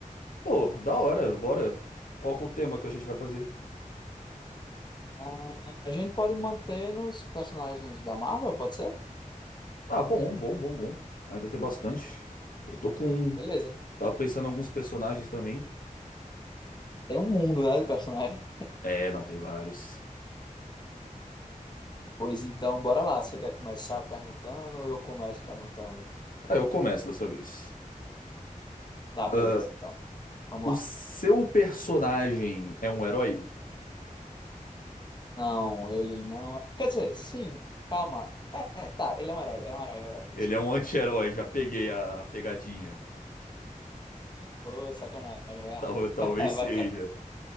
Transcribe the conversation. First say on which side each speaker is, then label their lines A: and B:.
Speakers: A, on the left; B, on the left.
A: Pô, da hora, bora. Qual que é o tema que a gente vai fazer?
B: Ah, a gente pode manter nos personagens da Marvel, pode ser?
A: Ah, bom, bom, bom, bom. Ainda tem bastante. Eu tô com. um,
B: Beleza.
A: Tava pensando em alguns personagens também.
B: Tem um mundo, né, de personagens.
A: É, não, tem vários.
B: Pois então, bora lá. Você quer começar perguntando ou eu começo perguntando?
A: Ah, eu começo dessa vez.
B: Tá, beleza,
A: Ah,
B: então. Vamos
A: o
B: lá.
A: seu personagem é um herói?
B: Não, ele não. é, Quer dizer, sim, calma. É, é, tá, ele é um herói, é um herói, é um herói.
A: Ele
B: Desculpa,
A: é um anti-herói,
B: perdão.
A: já peguei a pegadinha.
B: Ô, sacanagem. ó.
A: Tal- talvez
B: <laughs> Vai
A: seja.
B: ficar.